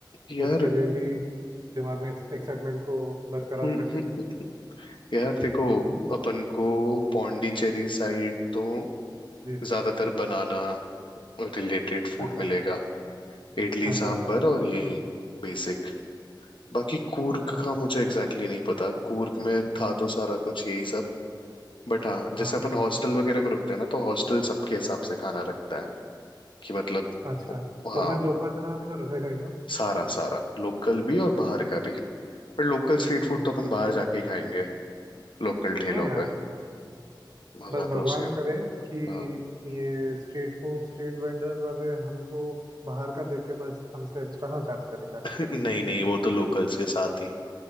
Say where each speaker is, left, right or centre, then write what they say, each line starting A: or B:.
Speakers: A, on the left (about 80°); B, on the right (about 55°).
A: यार
B: उसके लिए भी दिमाग में एक्साइटमेंट को बरकरार
A: <laughs>
B: रखेंगे
A: यार देखो
B: <laughs>
A: अपन को पौंडीचेरी साइड तो
B: जी
A: ज्यादातर बनाना रिलेटेड फूड
B: अच्छा
A: मिलेगा
B: अच्छा
A: इडली
B: अच्छा
A: सांभर
B: अच्छा
A: और यही बेसिक बाकी कूर्ग
B: ओ
A: का मुझे एग्जैक्टली exactly नहीं पता कूर्ग में था तो सारा कुछ यही सब बट हाँ
B: हाँ
A: जैसे अपन हॉस्टल वगैरह में रुकते हैं ना तो हॉस्टल सबके हिसाब से खाना रखता है कि मतलब
B: अच्छा तो
A: हाँ
B: फिर लोकल खाना भी तो रखेगा ही ना
A: सारा सारा लोकल भी और बाहर का भी पर लोकल स्ट्रीट फूड
B: ये
A: तो अपन
B: तो
A: बाहर
B: सही
A: जाके
B: होगा
A: ही खाएंगे लोकल ठेलों
B: हाँ यार
A: पे मजा
B: बस भगवान
A: तो उसे
B: करे
A: हाँ
B: कि ये स्ट्रीट फूड स्ट्रीट वेंडर्स वाले हमको बाहर का देके बस हमसे एक्स्ट्रा ना चार्ज करे यार
A: <laughs> नहीं नहीं वो तो लोकल्स के साथ ही